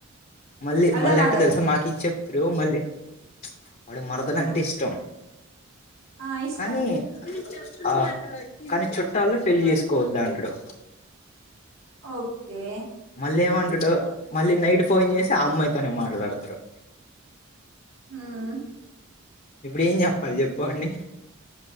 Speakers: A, on the left; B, on the right.
A: మళ్ళీ
B: అర్థం
A: మళ్ళెట్ట
B: కాలే
A: తెలుసా మాకు ఇచ్చే ప్ రూమ్ అది వాడి మరదలు
B: ఆ
A: అంటే ఇష్టం
B: ఆ ఇష్టం
A: కానీ ఆ కానీ చుట్టాల్లో పెళ్లి చేసుకోవద్ద అంటడు
B: ఓకే
A: మళ్ళీ ఏమంటడు మళ్ళీ నైట్ ఫోన్ చేసి ఆ అమ్మాయితోనే మాట్లాడతారు.
B: హ్మ్ ఉ
A: ఇప్పుడు ఏం చెప్పాలి చెప్పుకోండి